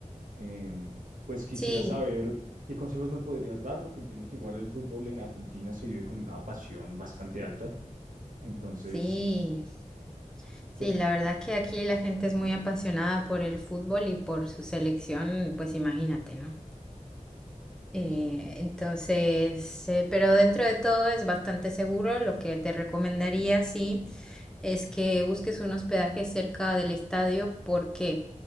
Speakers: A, on the right; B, in the centre.
A: Em, pues quisiera
B: Sí,
A: saber qué consejos me podrías dar, porque entiendo que igual el fútbol en Argentina se vive con una pasión bastante alta. Entonces,
B: sí, sí,
A: ¿qué-
B: la verdad que aquí la gente es muy apasionada por el fútbol y por su selección, pues imagínate, ¿no? Eh,
A: sí,
B: entonces, eh, pero dentro de todo es bastante seguro. Lo que te recomendaría, sí, es que busques un hospedaje cerca del estadio. ¿Por qué?